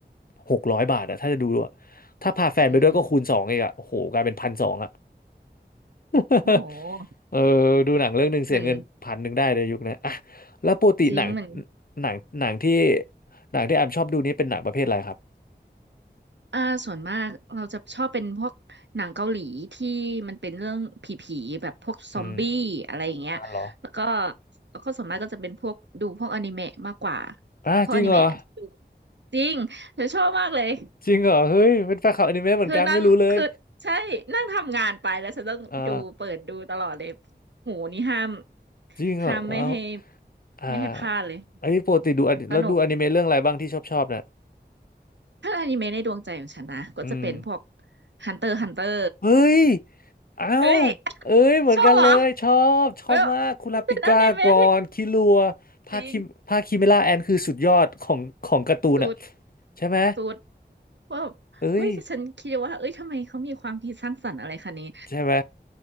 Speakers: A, on the left (about 55°); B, on the right (about 80°).
A: หกร้อยบาทอ่ะถ้าจะดูด้วยถ้าพาแฟนไปด้วยก็คูณสองอีกอ่ะโอ้โหกลายเป็นพันสองอ่ะ
B: อืม
A: <laughs>
B: โอ้ห
A: เออดูหนังเรื่องหนึ่งเสียเงินพันหนึ่งได้เลยยุคนี้อ่ะ
B: เหมือน
A: แล้วปกติหนัง
B: จริงเหมือน
A: หนังหนังที่หนังที่แอมชอบดูนี่เป็นหนังประเภทอะไรครับ
B: อ่าส่วนมากเราจะชอบเป็นพวกหนังเกาหลีที่มันเป็นเรื่องผีๆแบบพวกซอมบี้อะไรอย่างเงี้ยแล้วก็
A: อืมอ่านเหรอ
B: แล้วก็ส่วนมากก็จะเป็นพวกดูพวกอนิเมะมากกว่า
A: อ่ะจริงเหรอ
B: พวกอนิเมะที่ดูจริงฉันชอบมากเลย
A: จริงเหรอเฮ้ยเป็นแฟนคลับอนิเมะเหมือนกันไม่รู้เลย
B: คือนั่งคือใช่นั่งทำงานไปแล้วฉันต้องดูเปิดดูตลอดเลย
A: อ่า
B: หูนี่ห้าม
A: จริงเหรอเอา
B: ห้ามไม่ให้
A: อ่า
B: ไม่ให้พลาดเลย
A: อันนี้ปกติดูอนิแล้วดูอนิเมะเรื่องอะไรบ้างที่ชอบชอบน่ะ
B: สนุกถ้าอนิเมะในดวงใจของฉันนะก็จะเป็นพวก
A: อืม
B: Hunter x Hunter
A: เฮ้ยเอ้า
B: เฮ้ย
A: เอ้ยเหมือนกันเลยชอบชอบมากคุราปิก้าก่อนคิรัว
B: ชอบเหรอเว้ยมันเป็นอนิเมะที่
A: ภาคคิภาคคิเมล่าแอนคือสุดยอดของของการ์ตูนอ่ะ
B: จริงสุด
A: ใช่ไหม
B: สุดว่า
A: เอ้ย
B: เฮ้ยฉันคิดว่าเอ้ยทำไมเขามีความคิดสร้างสรรค์อะไรขนาดนี้
A: ใช่ไหม